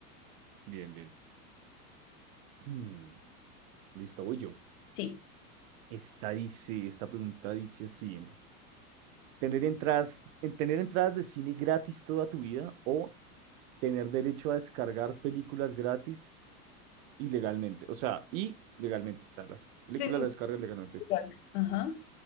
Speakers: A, on the right; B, on the left.
A: Bien, bien. <clears throat> Hmm, Listo, voy yo.
B: Sí.
A: Esta dice, esta pregunta dice así. ¿Tener entradas, en- tener entradas de cine gratis toda tu vida o tener derecho a descargar películas gratis ilegalmente, o sea, y legalmente, o sea, las películas
B: Sí, sí,
A: las
B: sí,
A: descargas legalmente.
B: legal. Ajá.